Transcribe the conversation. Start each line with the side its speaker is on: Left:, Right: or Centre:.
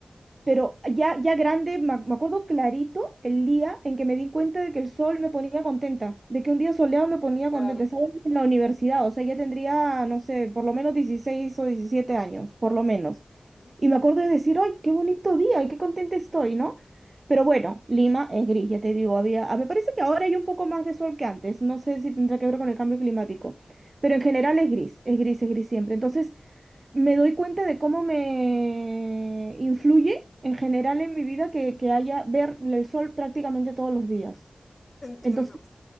Right: Pero ya, ya grande, me, ac- me acuerdo clarito el día en que me di cuenta de que el sol me ponía contenta, de que un día soleado me ponía
Left: claro.
Right: contenta, ¿sabes? En la universidad, o sea, ya tendría, no sé, por lo menos 16 o 17 años, por lo menos.
Left: Ujú.
Right: Y me acuerdo de decir, ¡ay, qué bonito día! ¡Y qué contenta estoy! ¿No? Pero bueno, Lima es gris, ya te digo, había, ah, me parece que ahora hay un poco más de sol que antes, no sé si tendrá que ver con el cambio climático, pero en general es gris, es gris, es gris siempre. Entonces me doy cuenta de cómo me influye en general en mi vida que, que haya ver el sol prácticamente todos los días.
Left: Entiendo.
Right: Entonces,